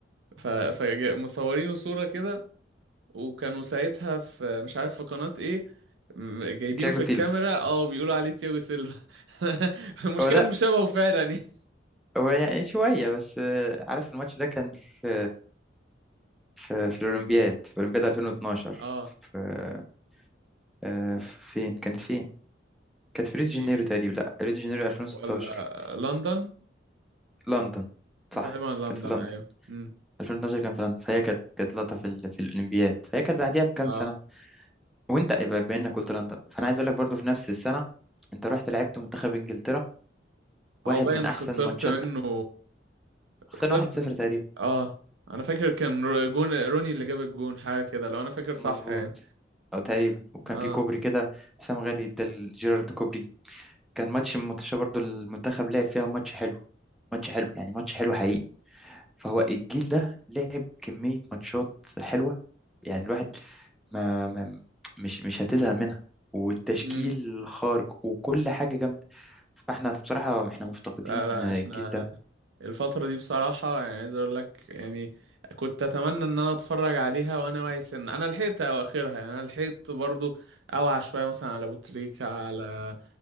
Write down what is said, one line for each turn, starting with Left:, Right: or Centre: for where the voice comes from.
Right: ف- فمصورينه صوره كده وكانوا ساعتها في مش عارف في قناه ايه م- جايبينه
Centre: تياجو
Right: في
Centre: سيلفا
Right: الكاميرا اه بيقولوا عليه تياجو سيلفا <laughs> المشكله
Centre: هو ده
Right: انه شبهه فعلا يعني
Centre: هو يعني شوية بس آه، عارف الماتش ده كان في في, في الأولمبياد في أولمبياد 2012
Right: اه
Centre: في آه، فين كانت فين كانت في ريو دي
Right: دي-
Centre: جانيرو تقريبا لا ريو دي جانيرو 2016
Right: ولا لندن
Centre: لندن صح
Right: غالبا
Centre: كانت
Right: لندن
Centre: في لندن
Right: ايوه امم
Centre: 2012 كان في لندن فهي كانت كانت لقطة في, ال- في الأولمبياد فهي كانت بعديها بكام
Right: اه
Centre: سنة وأنت يبقى بما إنك قلت لندن فأنا عايز أقول لك برضو في نفس السنة أنت رحت لعبت منتخب إنجلترا
Right: او
Centre: واحد
Right: باين
Centre: من أحسن
Right: خسرت
Centre: ماتشات
Right: منه
Centre: خسرنا
Right: خسرت
Centre: 1-0 تقريبا
Right: اه انا فاكر كان رو- جون روني اللي جاب الجون حاجه كده لو انا فاكر صح
Centre: مظبوط
Right: يعني
Centre: اه تقريبا وكان
Right: اه
Centre: في كوبري كده حسام غالي ادى لجيرارد كوبري كان ماتش من ماتش برضو المنتخب لعب فيها ماتش حلو ماتش حلو يعني ماتش حلو حقيقي فهو الجيل ده لعب كمية ماتشات حلوة يعني الواحد ما, ما مش مش هتزهق منها والتشكيل
Right: امم
Centre: خارج وكل حاجة جامدة فاحنا بصراحة احنا مفتقدين
Right: لا لا
Centre: الجيل
Right: احنا
Centre: ده
Right: الفتره دي بصراحه يعني عايز اقول لك يعني كنت اتمنى ان انا اتفرج عليها وانا واعي سن انا لحقت اواخرها يعني انا لحقت برضو اوعى شويه مثلا على ابو تريكه على